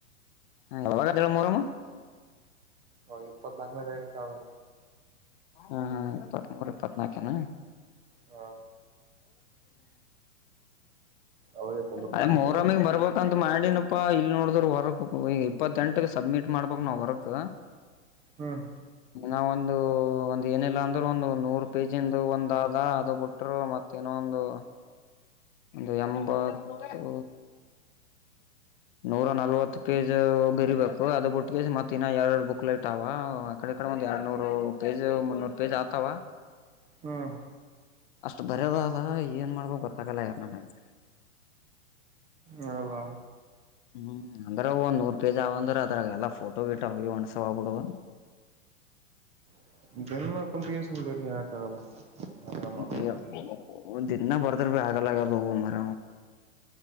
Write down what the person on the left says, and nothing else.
<unintelligible> ಮೂರಮ್ಮ
ಹಾ ಇಪ್ಪತ್ತ್ತ್ನೂರ ಇಪ್ಪತ್ನಾಕೆನಾ
ಅದೇ
ಮೊರಮಿಗ್
ಬರ್ಬಂತ ಮಾಡಿ ನಪಾ ಇಲ್ಲಿ ನೋಡಿದ್ರ ವರಕ್ ಈಗ ಇಪ್ಪತ್ತೆಂಟಗ ಸಬ್ಮಿಟ್ ಮಾಡ್ಬಕ್ ನಾವ್ ವರಕ್
ನಾವ ಒಂದು ಒಂದ ಏನಿಲ್ಲ ಅಂದ್ರೆ ಒಂದು ನೂರು ಪೇಜಿಂದು ಒಂದ ಆದ ಅದು ಬಿಟ್ಟರು ಮತ್ತೇನೊಂದು ಹ ಒಂದು ಎಂಬತ್ತು ನೂರ ನಲ್ವತ್ತು ಪೇಜ್ ಬೆರೀಬೇಕು ಅದ ಬಿಟ್ಟಿಗೆ ಮತ್ತ ಇನ್ನ ಎರಡು ಬುಕ್ ಲೇಟ್ ಅವ ಕಡೆ ಒಂದ್ ಎರಡ್ನೂರು ಪೇಜ್ ಮುನ್ನೂರು ಪೇಜ್ ಆತವ
ಅಷ್ಟ್ ಬರದ ಅದ ಏನ್ ಮಾಡ್ಬೇಕೋ ಗೊತ್ತಾಗಲ್ಲ ಯಾರು ನನಗೆ
ಹ್ಮ್ ಅಂದ್ರೆ ಒಂದ್ ನೂರ್ ಪೇಜ್ ಅವಂದ್ರ ಅದ್ರಾಗ ಎಲ್ಲಾ ಫೋಟೋ ಗೀಟ್ ಅವ ಒಣ್ಸೋಗ್ಬಿಡ
ಹ <unintelligible>
ಒಂದ್ ದಿನ್ನ ಬರ್ತಾರ ಭ ಆಗಲ್ಲಾಗ ಮರ